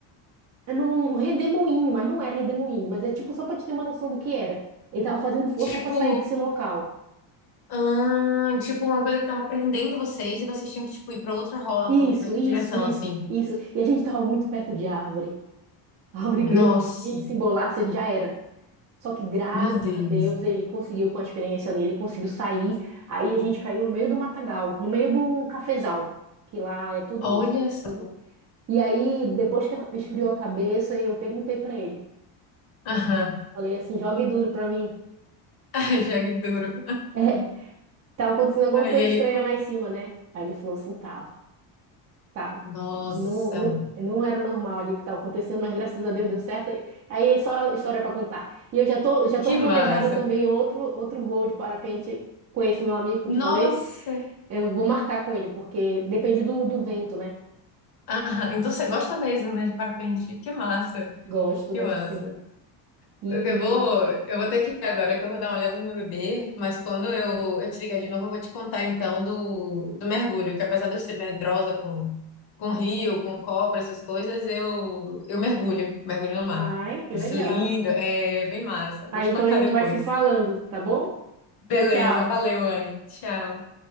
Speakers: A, on the right; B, on the left.
A: é num redemoinho, mas não era redemoinho, mas é tipo só pra te ter uma noção do que era. Ele tava fazendo força
B: Tipo,
A: pra sair desse local.
B: ah, tipo uma coisa que tava prendendo vocês e vocês tinham que tipo ir para outra rota,
A: Isso,
B: outra
A: isso,
B: direção,
A: isso,
B: assim.
A: isso. E a gente estava muito perto de árvore. Árvore grande.
B: Nossa,
A: Se A gente se embolasse, a gente já era. Só que graças
B: meu Deus.
A: a Deus ele conseguiu, com a experiência dele, conseguiu sair. Aí a gente caiu no meio do matagal, no meio do cafezal, que lá é tudo
B: Olha
A: cheio de
B: só.
A: coisa. E aí, depois que esfriou a cabeça, eu perguntei pra ele.
B: Aham. <laughs>
A: Falei assim, jogue duro pra mim. <laughs>
B: Ah, jogue duro.
A: É, tava acontecendo alguma
B: Aí
A: coisa
B: ele.
A: estranha
B: co-
A: lá em cima, né? Aí ele falou assim, tava. tá,
B: Nossa,
A: não, não, não era normal ali o que estava acontecendo, mas graças a Deus deu certo. Aí aí é só história para contar. E eu já tô, já tô
B: que
A: planejada
B: massa.
A: também outro, outro voo de parapente com esse meu amigo que eu te
B: Nossa.
A: falei. Eu vou marcar com ele, porque depende do, do vento, né?
B: Aham. Então você gosta mesmo, né, de parapente? Que massa.
A: Gosto,
B: Que
A: gosto
B: massa.
A: sim. E
B: Eu vou, eu vou ter que ir agora, que eu vou dar uma olhada no meu bebê, mas quando eu, eu te ligar de novo, eu vou te contar então do, do mergulho, que apesar de eu ser medrosa com, com rio, com cobra, essas coisas, eu, eu mergulho, mergulho no mar.
A: Ai, que
B: Isso
A: legal.
B: lindo, é bem massa.
A: aí
B: Vou te
A: então
B: contar
A: a gente
B: depois.
A: vai se falando, tá bom? Tchau,
B: Beleza,
A: tchau.
B: valeu, Anne. Tchau.